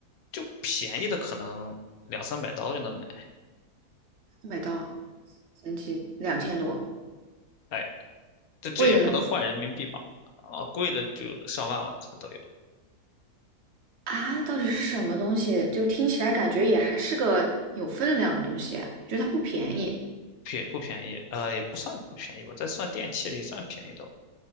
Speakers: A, on the left; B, on the right.
A: 就便宜的可能两三百刀就能买。
B: 一百到三七两千多，
A: 哎。这这也不能换人民币吧？
B: 贵的呢？
A: 啊，贵的就上万了，可能都有，
B: 啊，到底是什么东西？就听起来感觉也还是个有分量的东西，觉得它不便宜，
A: 便不便宜？呃，也不算不便宜吧，在算电器里算便宜的了